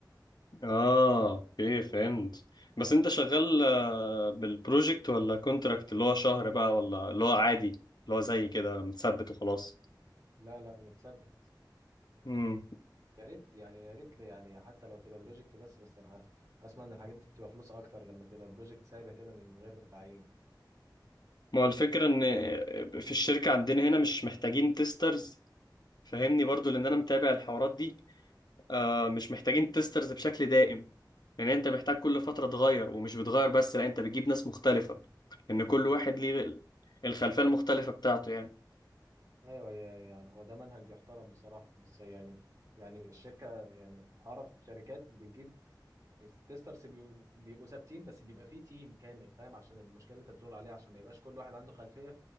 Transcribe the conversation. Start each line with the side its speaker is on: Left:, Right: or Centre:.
Left: اه اوكي فهمت بس انت شغال آه، بالبروجكت ولا كونتراكت اللي هو شهر بقى ولا اللي هو عادي اللي هو زي كده متثبت وخلاص
Right: لا لا متثبت
Left: مم.
Right: يا ريت يعني يا ريت لي يعني حتى لو تبقى بروجكت بس بس أ- اسمع ان الحاجات دي بتبقى فلوس اكتر لما تبقى بروجكت سايبه كده من غير تعيين
Left: ما هو الفكرة ان آه، في الشركة عندنا هنا مش محتاجين تيسترز فاهمني برضو لان انا متابع الحوارات دي آه، مش محتاجين تيسترز بشكل دائم لان انت محتاج كل فتره تغير ومش بتغير بس لا انت بتجيب ناس مختلفه لان كل
Right: لا
Left: واحد
Right: إيه ده؟
Left: ليه الخلفيه المختلفه بتاعته يعني
Right: ايوه يا- يعني هو ده منهج يحترم بصراحه بس يعني يعني الشركه يعني اعرف شركات بتجيب التسترس بيبقوا بيبقوا ثابتين بس بيبقى فيه تيم كامل فاهم عشان المشكله اللي انت بتقول عليها عشان ما يبقاش كل واحد عنده خلفيه